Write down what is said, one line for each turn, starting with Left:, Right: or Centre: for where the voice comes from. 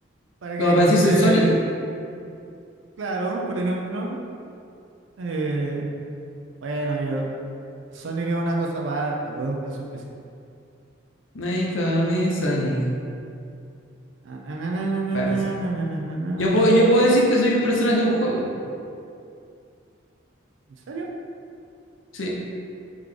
Right: para
Left: Como
Right: que alguien
Left: para decir
Right: tome.
Left: soy Sonic.
Right: Claro, por ejemplo, eh, bueno, yo, Sonic es una cosa aparte, fue un caso especial.
Left: They call me Sonic.
Right: Na, na, na, na, na,
Left: Bueno,
Right: na,
Left: sí.
Right: na, na, na, na, na,
Left: yo
Right: na,
Left: puedo,
Right: na.
Left: yo puedo decir que soy un personaje de un juego.
Right: ¿En serio?
Left: Sí.